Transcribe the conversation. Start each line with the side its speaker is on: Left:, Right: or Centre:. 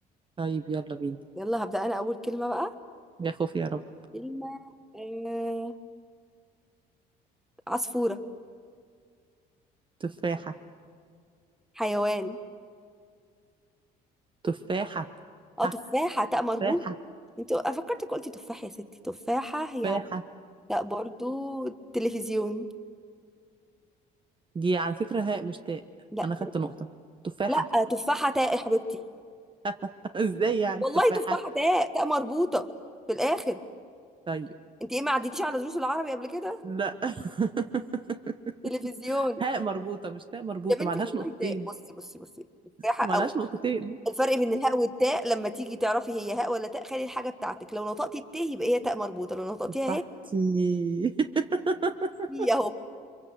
Right: طيب يلا بينا
Centre: يلا هبدأ انا اول كلمة بقى
Right: يا خوفي يا رب
Centre: كلمة آه... عصفورة
Right: تفاحه
Centre: حيوان
Right: تفاحه
Centre: اه
Right: ح
Centre: تفاحة تاء مربوطة
Right: تفاحه
Centre: انت فكرتك قلتي تفاح يا ستي تفاحة هي
Right: تفاحه
Centre: ع- تاء برضو تلفزيون
Right: دي على فكره هاء مش تاء
Centre: لا
Right: انا خدت
Centre: تل-
Right: نقطه تفاحه
Centre: لا تفاحة تاء يا حبيبتي
Right: <laughs> ازاي يعني
Centre: والله
Right: تفاحه
Centre: تفاحة تاء تاء مربوطة في الاخر
Right: طيب
Centre: انت ايه ما عديتيش على دروس العربي قبل كده
Right: لا <laughs>
Centre: تلفزيون
Right: هاء مربوطه مش تاء مربوطه
Centre: يا بنتي
Right: معلهاش
Centre: والله
Right: نقطتين
Centre: تاء بصي بصي بصي تفاحة
Right: معلهاش
Centre: او
Right: نقطتين
Centre: الفرق بين الهاء والتاء لما تيجي تعرفي هي هاء ولا تاء خلي الحاجة بتاعتك لو نطقتي التاء يبقى هي تاء مربوطة لو نطقتيها
Right: تفاحتي
Centre: هي
Right: <laughs>
Centre: هي اهو